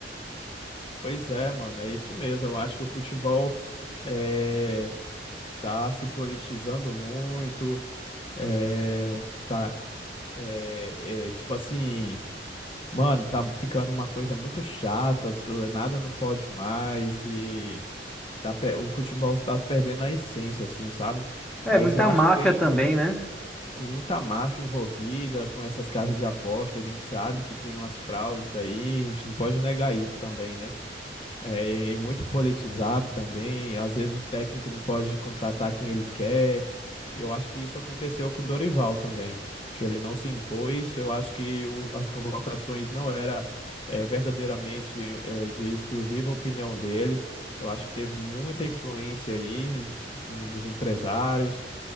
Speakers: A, on the left (about 30°); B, in the centre.
A: Pois é, mano, é isso mesmo, eu acho que o futebol... eh, tá se politizando muito, é, tá, é, é, tipo assim, mano, tá ficando uma coisa muito chata, tu- nada não pode mais e tá, pe- o futebol tá perdendo a essência, assim, sabe?
B: É,
A: Mas
B: muita
A: eu acho
B: máfia
A: que tem
B: também,
A: muito,
B: né?
A: muita máfia envolvida com essas casas de aposta, a gente sabe que tem umas fraudes aí, a gente não pode negar isso também, né? É, e muito politizado também. Às vezes o técnico não pode contratar quem ele quer. Eu acho que isso aconteceu com o Dorival também, que ele não se impôs. Eu acho que o- as convocações não era é, verdadeiramente é, de exclusiva opinião dele. Eu acho que teve muita influência aí de- em- dos empresários.